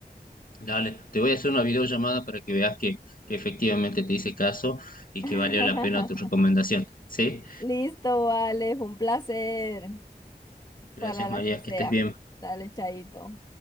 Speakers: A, on the left; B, on the left.
A: Dale, te voy a hacer una videollamada para que veas que, que efectivamente te hice caso y
B: <laughs>
A: que valió la pena tu recomendación. ¿Sí?
B: Listo, vale, fue un placer para
A: Gracias,
B: la
A: María,
B: que sea.
A: que estés bien.
B: Dale, chaito.